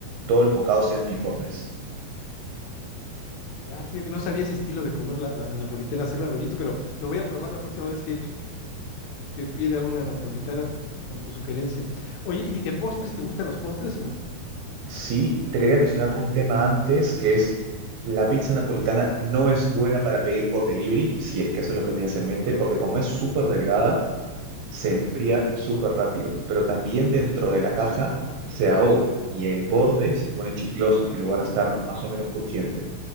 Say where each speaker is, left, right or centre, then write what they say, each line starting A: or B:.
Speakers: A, on the right (about 80°); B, on the left (about 80°).
A: todos los bocados sean uniformes.
B: Ya, fíjate, no sabía ese estilo de comer la, la- la napolitana, hacerla rollito, pero lo voy a probar la próxima vez que, que pida una napolitana con tu sugerencia. Oye, ¿y de postres te gustan los postres o no?
A: Sí, te quería mencionar un tema antes que es la pizza napolitana
B: Ah,
A: no es buena para pedir por delivery, si es que eso es lo que tenías en mente, porque como es súper delgada, se enfría súper rápido, pero también dentro de la caja
B: ah, ok.
A: se ahoga y el borde se pone chicloso en lugar de estar más o menos crujiente.